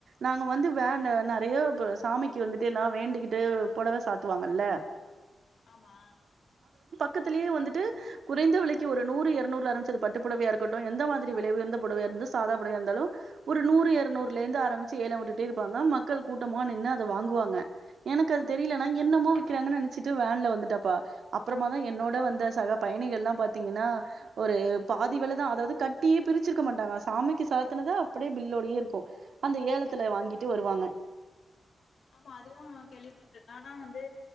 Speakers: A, on the right; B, on the left.
A: நாங்க வந்து வேன் நெறைய ப சாமிக்கு வந்துட்டு எல்லா வேண்டிக்கிட்டு பொடவ சாத்துவாங்கல்ல
B: ஆமா
A: பக்கத்துலயே வந்துட்டு குறைந்த விலைக்கு ஒரு நூறு இற்நூறுல சு அத பட்டு புடவையா இருக்கட்டு எந்த மாதிரி வில உயர்ந்த புடவையா இருந்து சாதா புடவையா இருந்தாலு ஒரு நூறு இற்நூறுலேந்து ஆரம்பிச்சு ஏலம் விட்டுட்டே இருப்பாங்க மக்கள் கூட்டமா நின்னு அத வாங்குவாங்க எனக்கு அது தெரியல நா என்னமோ விக்கிறாங்கன்னு நினச்சிட்டு வேன்ல வந்துட்டாப்பா அப்றமா தா என்னோட வந்த சக பயணிகள்லா பாத்தீங்கன்னா ஒரு பாதி வெலதா அதாவுது கட்டி பிரிச்சுருக்க மாட்டாங்க சாமிக்கு சாத்துனது அப்டியே பில்லோடயே இருக்கும் அந்த ஏலத்துல வாங்கிட்டு வருவாங்க
B: ஆமா அதுவு கேள்விப்பட்டு ஆனா வந்து